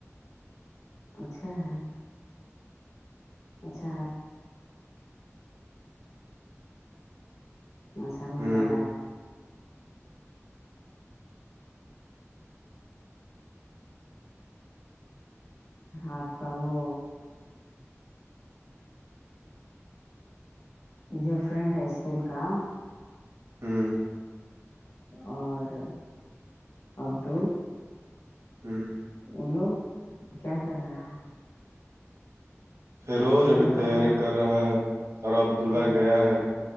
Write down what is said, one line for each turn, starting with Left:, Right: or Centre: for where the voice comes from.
Left: اچھا ہے اچھا اچھا نمبر
Right: ہ
Left: اپ کا وہ جو فرینڈ ہے اسکول کا
Right: ہ
Left: اور عبد
Right: ہاں
Left: ان لوگ کیا کر رہا ہے
Right: فروز
Left: ان
Right: ابھی
Left: لوگ کا
Right: تیاری
Left: پڑھا
Right: کر رہا ہے اور عبد اللہ
Left: ہوں
Right: گیا ہے